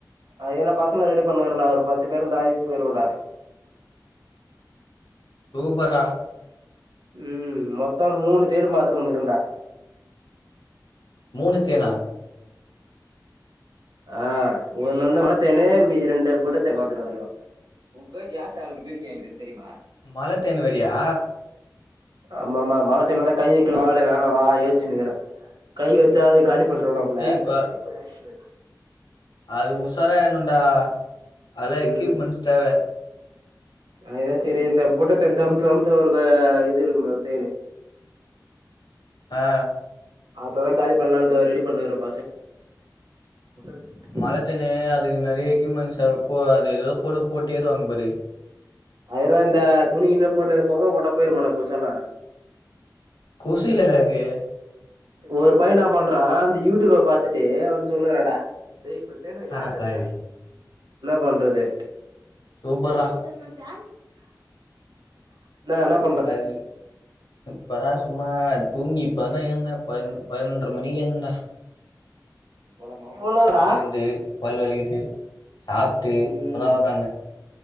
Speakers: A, on the right; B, on the left.
A: அய்ய நா பசங்கள ரெடி பண்ணுகிறன்டா ஒரு பத்து பேரு இருந்தாய் போயருவன்டா
B: சூப்பர்ரா
A: ம் மொத்தோ மூணு தேரு பாத்துட்டு வந்துக்கறன்டா
B: மூணு தேனா
A: ஆ ஒன்னு ஒன்னு மலத்தேனு மீதி ரெண்டு போட்டதே பாத்துட்டு வந்துரா <unintelligible> பிலீடிங்கேங்குதுன்னு தெரியுமா
B: மலத்தேனு வறியா
A: ஆமா ஆமா மழ தேன்ல தான கை வெக்கல மால வேணா வா யேச்சுன்னுக்கிறே கை வெச்சா அது காலி <unintelligible>
B: ஏய் க அது உசார ஏற்னும்டா அதலா எக்யூப்மெண்ட்ஸ்
A: ம்
B: தேவ
A: அதுதா சேரி இந்த பூட்டத்த தம்த்த அம்த்தவர்கு இது இருக்மே அவர்தேனு
B: ஆ
A: அத்ததா காலி பண்லாம்டு ரெடி பண்ணுக்குறோ <unintelligible>
B: கத்தன்னு அதுக்கு நெறைய எக்யூப்மெண்ட்ஸ் கூ அது ஏதோ போடு போட்டு ஏருவாங்க பாரு
A: அதான்டா ந்த துணி இன்ன போடுனது புக போட்டா போயிருமானா கொசல்லா
B: கொசு இல்லடா அது
A: ஒரு பையன் நா பண்றா இந்த யூ டி யூப்ப பாத்துட்டு அவன் சொல்லுறான்டா ஏய் இப்பத்தேடுன
B: அடப்பாவி
A: யார் அ அது என்ன பண்றதே
B: சூப்பர்ரா
A: <unintelligible> இன்னா வேணு <unintelligible>
B: அது இப்பதா சும்மா தா வ தூங்கிப்பன்னா எந்தேன் பனு பதினொன்ற மணிக்கு எந்தன்டா
A: <unintelligible>
B: ஏந்து பல் வலிகிட்டு சாப்ட்டு இப்பதா
A: ம்
B: உக்காந்தே